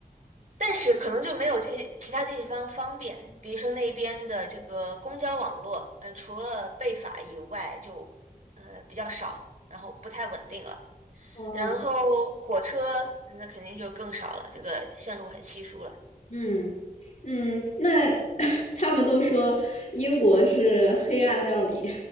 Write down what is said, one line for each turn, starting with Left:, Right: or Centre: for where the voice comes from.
Right: 但是可能就没有这些其他地方方便，比如说那边的这个公交网络，嗯、除了贝法以外就，呃比较少，然后不太稳定了。
Left: 哦，
Right: 然后火车那肯定就更少了，这个线路很稀疏了。
Left: 嗯嗯，那 <laughs> 他们都说英国是黑暗料理，